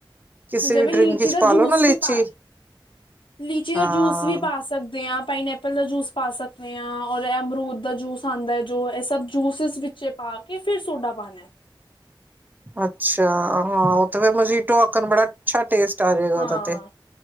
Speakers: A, on the right; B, on the left.
A: ਕਿਸੇ
B: ਹਾਂ ਜਿਵੇਂ
A: ਵੀ ਡਰਿੰਕ
B: ਲੀਚੀ
A: ਵਿੱਚ
B: ਦਾ
A: ਪਾਲੋ
B: ਜੂਸ
A: ਨਾ
B: ਵੀ
A: ਲੀਚੀ
B: ਪਾ ਲੀਚੀ ਦਾ
A: ਹਾਂ
B: ਜੂਸ ਵੀ ਪਾ ਸਕਦੇ ਆਂ, ਪਾਈਨ ਐਪਲ ਦਾ ਜੂਸ ਪਾ ਸਕਨੇ ਆਂ ਔਰ ਐਮਰੂਦ ਦਾ ਜੂਸ ਆਂਦੈ ਜੋ ਐ ਸਭ ਜੂਸਿਸ ਵਿੱਚ ਪਾ ਕੇ, ਫਿਰ ਸੋਡਾ ਪਾਣੇ।
A: ਅੱਛਾ, ਹਾਂ ਉਹ ਤੇ ਫੇਰ ਮਜੀਟੋ ਆਕਣ ਬੜਾ ਅੱਛਾ ਟੇਸਟ ਆ ਜੇਗਾ
B: ਹਾਂ
A: ਓਦਾ ਤੇ,